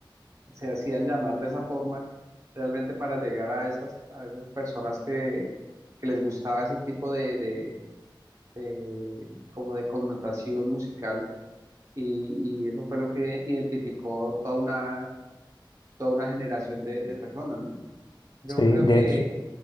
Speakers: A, on the right (about 35°); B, on the left (about 60°).
A: se hacían llamar de esa forma, realmente para llegar a esas, a esas personas que, que les gustaba ese tipo de, de, de- como de connotación musical, y, y eso fue lo que identificó toda una, toda una generación de, de personas, ¿no? Yo
B: Sí,
A: creo
B: de
A: que
B: hecho,